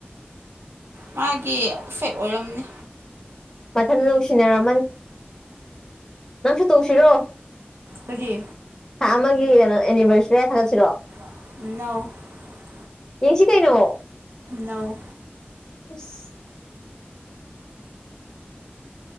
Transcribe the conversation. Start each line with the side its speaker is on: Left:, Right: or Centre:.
Right: ꯃꯥꯒꯤ ꯏꯐꯦꯛ ꯑꯣꯏꯔꯝꯅꯤ
Left: ꯃꯊꯟꯇ ꯅꯨꯡꯁꯤꯅꯔꯝꯃꯅꯤ ꯅꯪꯁꯨ ꯇꯧꯁꯤꯔꯣ
Right: ꯍꯧꯗꯤ
Left: ꯊꯥ ꯑꯃꯒꯤ ꯀꯩꯅꯣ ꯑꯦꯅꯤꯚꯔꯁꯔꯤ ꯍꯥꯏ ꯊꯥꯒꯠꯁꯤꯔꯣ
Right: <inaudible>
Left: ꯌꯦꯡꯁꯤ ꯀꯩꯅꯣ
Right: ꯅꯧ
Left: ꯑꯁ